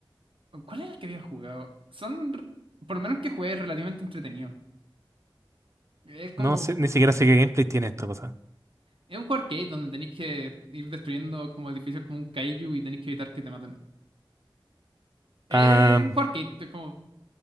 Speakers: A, on the right; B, on the right.
A: ¿Cuál era el que había jugado? Son, por lo menos que jugué, es relativamente entretenido. Es como
B: No sé, ni siquiera sé qué gameplay tiene esta cosa.
A: Es un juego arcade donde tenéis que ir destruyendo como edificios como un kaiju y tenéis que evitar que te maten. Es
B: Am,
A: un juego arcade, es como.